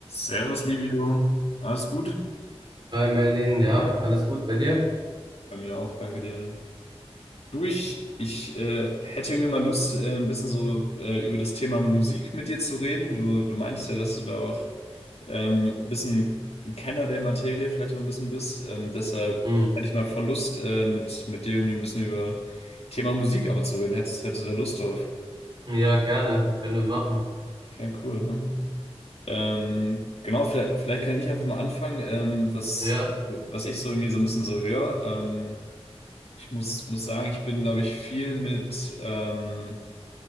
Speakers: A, on the left; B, on the right.
A: Servus, Livio. Alles gut?
B: Hi Merlin, ja, alles gut bei dir?
A: Bei mir auch, danke dir. Du, ich, ich äh, hätte mir mal Lust, äh, ein bisschen so äh, über das Thema Musik mit dir zu reden. Du, du meintest ja, dass du da auch ähm, ein bisschen ein Kenner der Materie vielleicht auch ein bisschen bist. Ähm, deshalb
B: Hm.
A: hätte ich mal voll Lust, äh, mit, mit dir irgendwie ein bisschen über Thema Musik aber zu reden. Hättest, hättest du da Lust drauf?
B: Ja, gerne, können wir machen.
A: Ja, cool, ja. Ähm, genau, vielleicht, vielleicht kann ich einfach mal anfangen, ähm, was,
B: Ja.
A: was ich so irgendwie so ein bisschen so höre. Ähm, Ich muss, muss sagen, ich bin, glaube ich, viel mit, ähm,